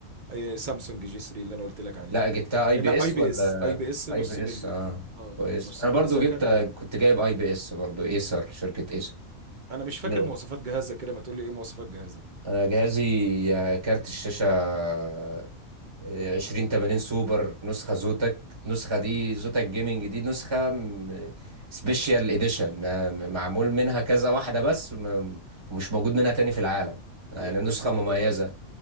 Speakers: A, on the right (about 40°); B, on the right (about 20°).
A: آه، سامسونج جي 3 اللي انا قلت لك عليها
B: لا جبتها اي
A: لا
B: بي اس
A: اي بي
B: ولا
A: اس اي بي اس نص
B: اي بي
A: ملي
B: اس اه
A: اه اه
B: كويس
A: نص
B: انا
A: ملي
B: برضو
A: سكند
B: جبت كنت جايب اي بي اس برضو ايسر شركه ايسر
A: انا مش فاكر
B: مية.
A: مواصفات جهازك كده ما تقول لي ايه مواصفات جهازك
B: انا جهازي آه، كارت الشاشه آه، 2080 سوبر نسخة زوتك النسخة دي زوتك جيمنج دي نسخة م- سبيشال اديشن ما- م- معمول منها كذا واحدة بس م- مش موجود منها تاني في العالم يعني
A: هي كويسة
B: نسخة
A: جدا
B: مميزة
A: اصلا